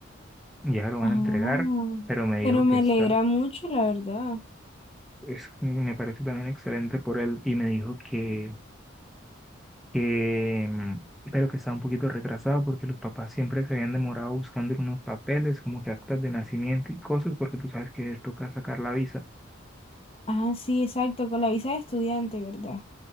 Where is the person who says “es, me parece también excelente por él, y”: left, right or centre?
Centre